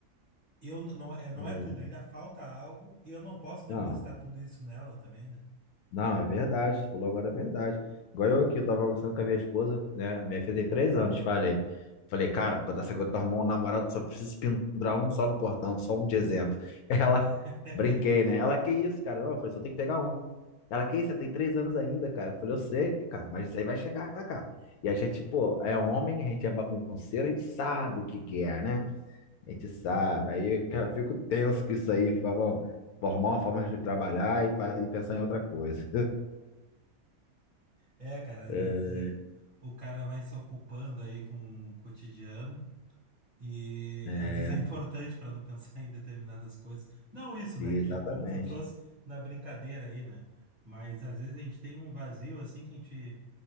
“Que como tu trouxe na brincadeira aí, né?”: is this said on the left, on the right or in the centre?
Right